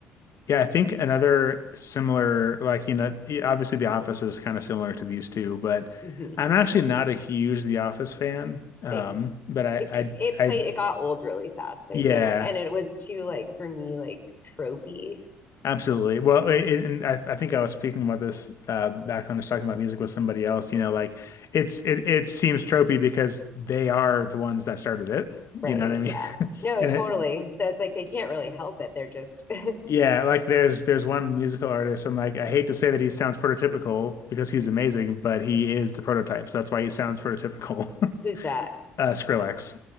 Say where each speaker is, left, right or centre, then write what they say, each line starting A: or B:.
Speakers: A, on the left (about 50°); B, on the left (about 30°).
A: Yeah, I think another similar, like, you know, e- obviously The Office is kind of similar to these two, but
B: mhm,
A: I'm actually not a huge The Office fan. Um,
B: same.
A: but I,
B: It it
A: I,
B: played
A: I,
B: it got old really fast, I
A: yeah,
B: think, and it was too like for me like tropey,
A: absolutely. Well, i- i- and I, I think I was speaking about this uh, back when I was talking about music with somebody else. You know, like it's it it seems tropey because they are the ones that started it. You
B: right?
A: know what I mean?
B: Yeah.
A: <laughs>
B: No,
A: And
B: totally.
A: it,
B: So it's like they can't really help it. They're just <laughs>
A: Yeah, like there's there's one musical artist, and like I hate to say that he sounds prototypical because he's amazing, but he is the prototype, so that's why he sounds prototypical. <laughs>
B: who's that?
A: Uh, Skrillex.